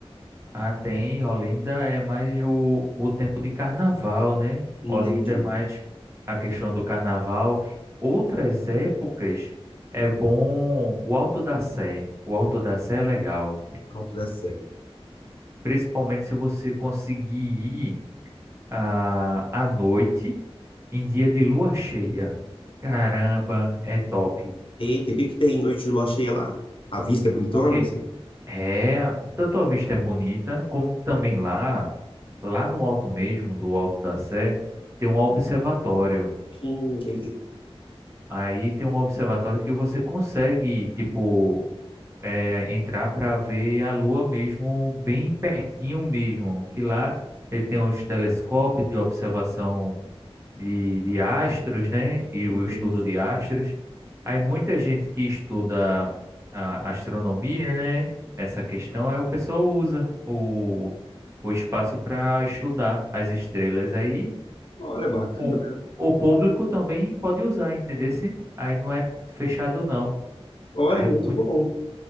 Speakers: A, on the right (about 25°); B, on the left (about 60°).
A: Ah, tem, Olinda é mais o, o tempo de carnaval, né?
B: Entendi.
A: Olinda é mais a questão do carnaval. Outras épocas é bom o Alto da Sé. O Alto da Sé é legal.
B: Alto da Serra.
A: Principalmente se você conseguir ir ah, à noite em dia de lua cheia. Caramba, é top.
B: Eita, e o que que tem em noite de lua cheia lá? A vista é bonitona,
A: Porque
B: assim?
A: é, tanto a vista é bonita, como também lá, lá no alto mesmo, do Alto da Sé, tem um observatório.
B: Hum, entendi.
A: Aí tem um observatório que você consegue, tipo, é, entrar para ver a lua mesmo, bem pertinho mesmo. Que lá ele tem os telescópios de observação de, de astros, né? E
B: Entendi.
A: o estudo de astros. Aí muita gente que estuda a astronomia, né? Essa questão aí o pessoal usa o, o espaço para estudar as estrelas aí.
B: Olha, bacana.
A: O, o público também pode usar, entendeu? Aí não é fechado não.
B: Olha,
A: Aí
B: muito
A: é muito,
B: bom.